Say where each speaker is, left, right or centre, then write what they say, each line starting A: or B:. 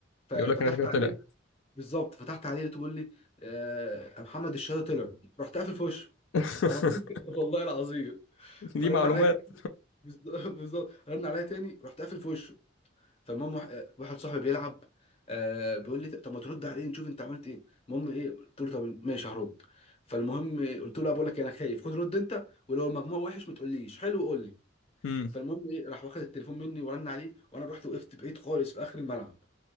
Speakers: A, on the left (about 30°); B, on the left (about 80°).
A: ففتحت
B: يقول لك النتيجه طلعت
A: عليه بالظبط فتحت عليه تقول لي آه، يا محمد الشهاده طلعت رحت قافل في وشه
B: <laughs>
A: على طول <laughs> كده، والله العظيم
B: دي
A: فرن
B: معلومات
A: عليا تاني- <laughs> بالظبط رن عليا تاني رحت قافل في وشه فالمهم واحد آه، واحد صاحبي بيلعب آه بيقول لي طب ما ترد عليه نشوف انت عملت ايه المهم ايه قلت له طب ماشي هرد فالمهم آه، قلت له لا بقول لك إيه، انا خايف خد رد انت ولو المجموع وحش ما تقوليش حلو قول لي
B: <laughs> امم
A: فالمهم ايه راح واخد التليفون مني ورن عليه وانا رحت وقفت بعيد خالص في اخر الملعب